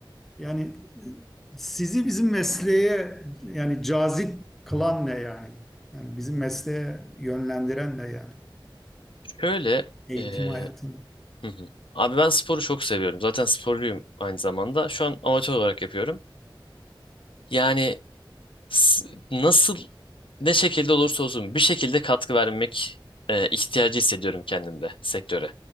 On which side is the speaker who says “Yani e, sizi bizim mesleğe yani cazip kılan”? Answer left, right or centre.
Centre